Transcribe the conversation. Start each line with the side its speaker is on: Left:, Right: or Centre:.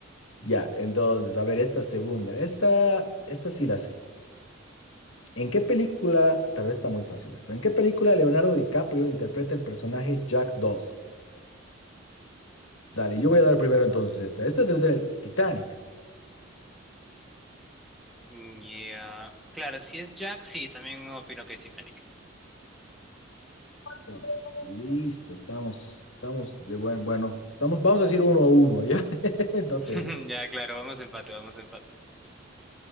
Left: Ya, entonces, a ver, esta segunda. Esta, esta sí la sé. ¿En qué película, tal vez está muy fácil esto, ¿en qué película Leonardo DiCaprio interpreta el personaje Jack Dawson? Dale, yo voy a dar primero entonces esta. Esta debe ser el Titanic.
Centre: Ya, Claro, si es Jack, sí, también opino que es Titanic.
Left: Bueno, Listo, estamos, estamos de buen, bueno, estamos, vamos a decir uno a uno, ¿ya? <laughs> No sé.
Centre: <laughs> Ya, claro, vamos a empate, vamos a empate.